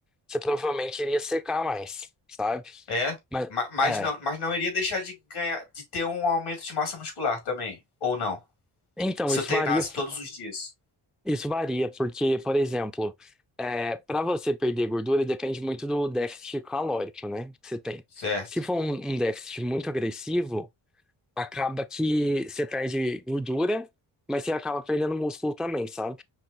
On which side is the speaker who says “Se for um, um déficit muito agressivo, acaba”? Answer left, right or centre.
Centre